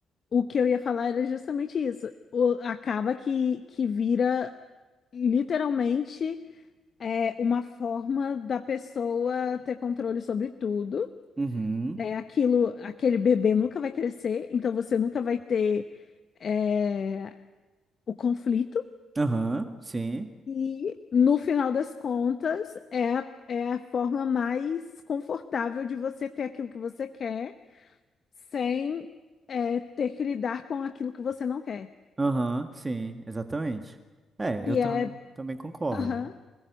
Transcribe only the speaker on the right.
Uhum.
Aham, sim.
Aham, sim, exatamente. É,
eu tam-
também concordo.